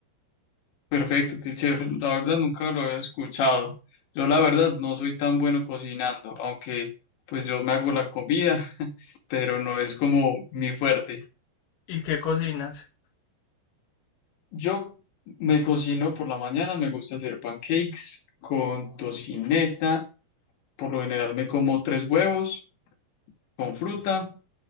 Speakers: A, on the left; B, on the left.
A: Perfecto, qué chévere. La verdad nunca lo había escuchado. Yo la verdad no soy tan bueno cocinando, aunque pues yo me hago la comida, <laughs> pero no es como mi fuerte.
B: ¿Y qué cocinas?
A: Yo me cocino por la mañana, me gusta hacer pancakes con tocineta, por lo general me como tres huevos con fruta,